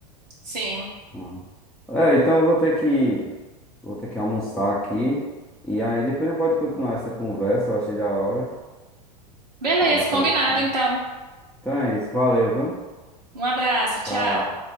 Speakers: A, on the right; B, in the centre.
A: Sim.
B: Hum. É, então eu vou ter que, vou ter que almoçar aqui. E aí depois a gente pode continuar essa conversa, eu achei da hora
A: Beleza,
B: falar sobre
A: combinado
B: o filme.
A: então.
B: Então é isso, valeu, viu?
A: Um abraço, tchau.
B: Tchau.